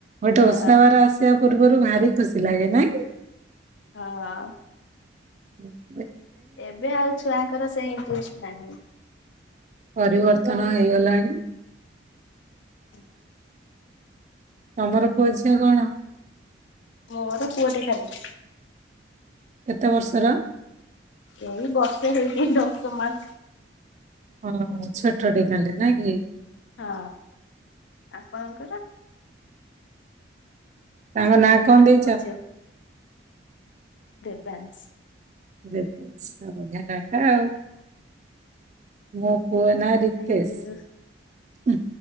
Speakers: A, on the right; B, on the left.
A: ଗୋଟେ
B: ହଁ
A: ଓଷା ବାର ଆସିବା ପୁ୍ରୁ ର୍ବରୁ ଭାରି ଖୁସି ଲାଗେ ନାଇଁ।
B: ହଁ।
A: ହୁଁ।
B: ଏବେ ଆଉ ଛୁଆଙ୍କର ସେଇ ଇଣ୍ଟରେଷ୍ଟ ନାହିଁ।
A: ପରିବର୍ତ୍ତନ ହେଇଗଲାଣି।
B: ହୁଁ।
A: ତମର ପୁଅ ଝିଅ କଣ?
B: ମୋର ପୁଅଟେ ଖାଲି।
A: କେତେ ବର୍ଷର?
B: ଏଇ ବର୍ଷେ ହେଇଛି ଦଶମାସ।
A: ଅଁ ଛୋଟ ଟେ ତାଲେ ନାଇଁ କି?
B: ହଁ ଆପଣଙ୍କର।
A: ତାଙ୍କ ନାଁ କଣ ଦେଇଛ?
B: ପୁଅ ଝିଅ ବ୍ୟାନ୍ସ।
A: ବେଦାନ୍ସ ବଢିଆ ନା ଟାଉ। ମୋ ପୁଅ ନା ରିତେଶ
B: ଥ୍ୟାଙ୍କ ୟୁ